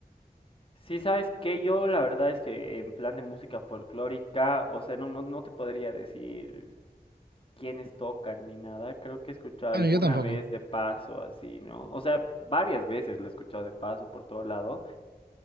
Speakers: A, on the left; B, on the right.
A: Sí, sabes que yo la verdad es que en plan de música folclórica, o sea, no, no, no te podría decir quiénes tocan ni nada. Creo que he escuchado
B: Ah,
A: alguna
B: no, yo tampoco.
A: vez
B: <laughs>
A: de paso, así, ¿no? O sea, varias veces lo he escuchado de paso por todo lado.